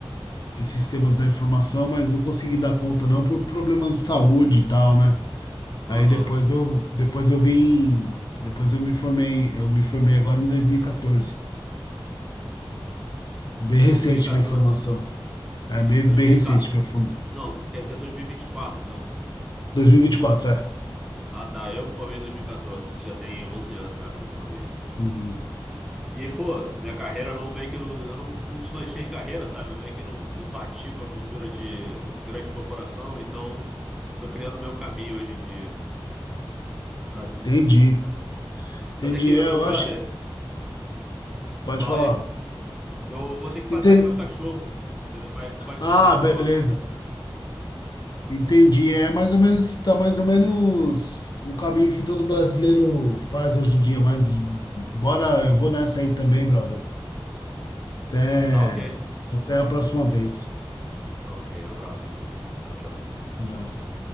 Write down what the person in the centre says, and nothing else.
aham,
2014,
2014,
não, quer dizer 2024, então.
Ah, tá, eu me formei em 2014, que já tem 11 anos já que eu me formei.
E, pô, minha carreira não, meio que não, eu não, não deslanchei em carreira, sabe? Eu meio que não, não bati com a cultura de grande corporação, então tô criando meu caminho hoje em dia, sabe?
Mas aqui, meu
brother,
fala
aí. Eu vou ter que
passar com o meu cachorro, entendeu? Mas pode
terminar de
falar.
Tá ok.
Tá ok. Abraço, meu. Tchau, tchau.